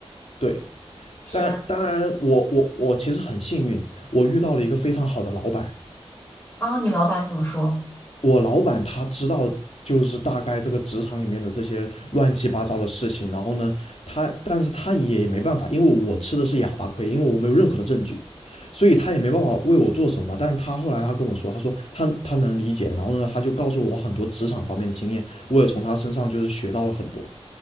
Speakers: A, on the left; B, on the left.
A: 对，
B: 天。
A: 但当然我，我我其实很幸运，我遇到了一个非常好的老板。
B: 啊，你老板怎么说？
A: 我老板他知道，就是大概这个职场里面的这些乱七八糟的事情。然后呢，他但是他也没办法，因为我吃的是哑巴亏，因为我没有任何的证据，所以他也没办法为我做什么。但他后来他跟我说，他说他他能理解。然后呢，他就告诉了我很多职场方面的经验，我也从他身上就是学到了很多。